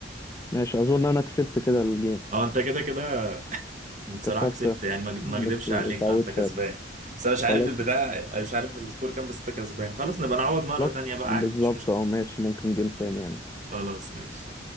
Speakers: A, on the left; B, on the right.
A: ماشي اظن انا كسبت كده الجيم
B: اه انت كده كده بصراحة
A: كسبت
B: كسبت يعني ما ما
A: بس
B: اكدبش
A: اتعودت
B: عليك اه انت كسبان
A: فارق
B: بس انا مش عارف
A: خلاص
B: البتاع مش عارف السكور كام بس انت كسبان خلاص نبقى نعوض مرة
A: خلاص
B: تانية بقى
A: بالظبط
B: عادي مش مشكلة
A: اه ماشي ممكن جيم تاني يعني
B: خلاص ماشي